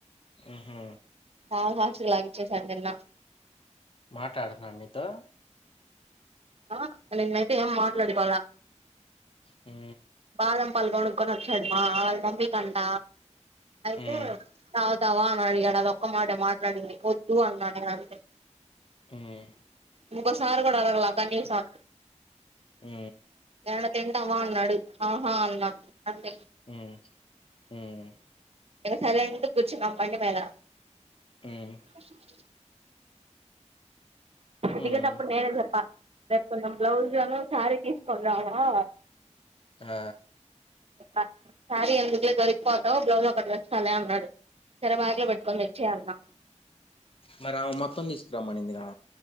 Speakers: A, on the left (about 50°); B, on the right (about 55°).
A: మ్ హూ
B: చాగు హాక్సిల్లాగ లంచ్ చేశా తిన్నా. <unintelligible>
A: మాట్లాడుతున్నాడా నీతో
B: ఆ నిన్నైతే ఏం మాట్లాడుకోలా.
A: మ్
B: బాదం పాలు కొనుక్కొని వచ్చాడు. వాళ్ళ మమ్మీ కంట అయితే
A: హ్మ్
B: తాగుతావా అని అడిగాడు అదొక్క మాటే మాట్లాడింది వద్దు అన్నా. అంతే
A: హ్మ్
B: ఇంకోసారి కూడా అడగలా కనీసం.
A: మ్
B: ఏమన్న తింటావా అన్నాడు ఆహా అన్నా అంతే
A: మ్
B: సైలెంటు గా కూర్చున్నావు బండి మీద
A: మ్
B: <inaudible> దిగేటప్పుడు
A: హ్మ్
B: నేనే చెప్పా రేపు కొంచెం బ్లౌజ్ ను సారీ ను తీసుకొని రావా?
A: ఆ
B: అ శారీ ఎందుకు లే దొరికిపోతావు బ్లౌజ్ ఒకటి తెస్తాలే అన్నాడు. సరే బ్యాగ్ లో పెట్టుకొని తెచ్చేయ్ అన్నా.
A: మరి ఆమె మొత్తం తీసుకురామనింది రా